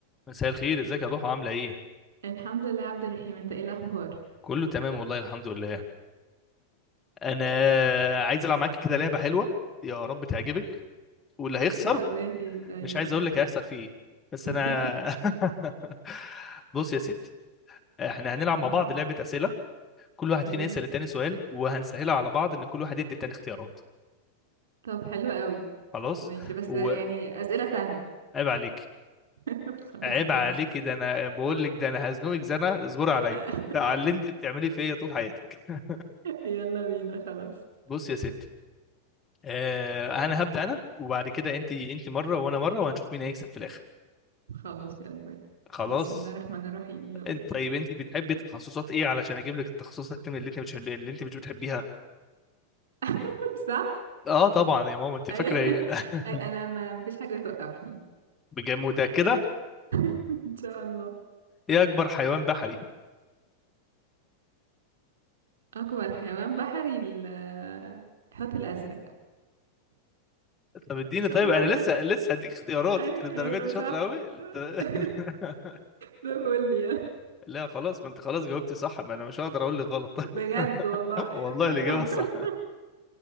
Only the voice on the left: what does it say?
مساء الخير ازيك يا ضحى عامله ايه
كله تمام والله الحمد لله انا عايز العب معاك كده لعبه حلوه يا رب تعجبك واللي هيخسر
مش عايز
اقول لك هيحصل فيه ايه بس
انا
<laughs> بص يا ستي احنا هنلعب مع
بعض لعبه اسئله كل واحد
فينا يسال التاني سؤال وهنسهلها على بعض ان كل واحد يدي التاني اختيارات
خلاص
وعيب
عليك
عيب
عليك ده انا بقول لك ده انا هزنقك زنقه اصبري عليا
على اللي انت بتعمليه فيا طول حياتك <laughs>
بص يا ستي آه، انا هبدأ انا وبعد كده انت انت مرة وانا مرة وهنشوف مين هيكسب في الاخر
خلاص
انت طيب انت بتحبي تخصصات ايه علشان اجيب لك التخصصات اللي انت مش اللي انت مش بتحبيها
اه طبعا يا ماما انت فاكرة
ايه <laughs>
بجد متأكدة
ايه اكبر حيوان بحري
طب اديني
طيب
انا
لسه لسه هديك اختيارات
انت للدرجة
دي شاطرة
قوي انت...
<laughs>
لا خلاص ما انت خلاص جاوبتي صح ما انا مش هقدر اقول لك غلط <laughs>
والله
الإجابة
صح